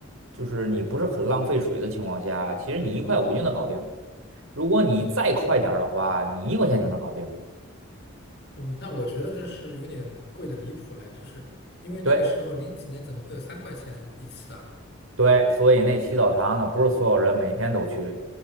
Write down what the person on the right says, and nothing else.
就是你不是很浪费水的情况下，其实你一块五就能搞定。如果你再快点儿的话，你一块钱就能搞定。
对对，所以那洗澡堂呢，不是所有人每天都去。